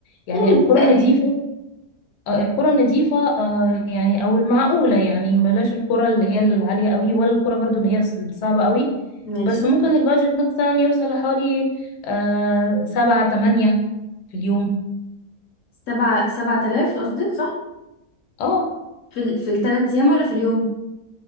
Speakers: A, on the left (about 85°); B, on the left (about 65°).
A: يعني
B: يعني
A: القرى
B: بالتقريب
A: النظيفة آه القرى النظيفة آه يعني أو المعقولة يعني بلاش القرى اللي هي العالية قوي ولا القرى برضو اللي هي الصعبة قوي
B: ماشي
A: بس ممكن البادجت مثلا يوصل لحوالي آه سبعة تمانية في اليوم
B: سبعة سبعة آلاف قصدك صح
A: اه
B: في ال... في الثلاث ايام ولا في اليوم